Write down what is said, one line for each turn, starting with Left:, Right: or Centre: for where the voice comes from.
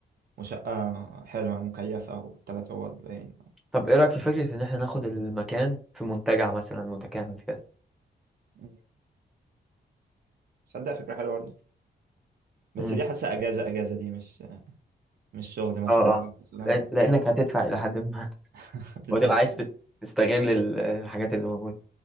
Right: وشقة حلوة مكيفة وتلات أوض باين
Centre: طب ايه رايك في فكره ان احنا ناخد المكان في منتجع مثلا متكامل كده
Right: مم. تصدق فكرة حلوة برضه بس
Centre: امم
Right: دي حاسة أجازة أجازة دي مش مش شغل مثلا
Centre: اه
Right: ولا
Centre: اه
Right: فصلان
Centre: لأن... لانك هتدفع الى حد ما
Right: <laughs>
Centre: <laughs>
Right: بالظبط
Centre: وتبقى عايز تت- تستغل ال- الحاجات اللي موجوده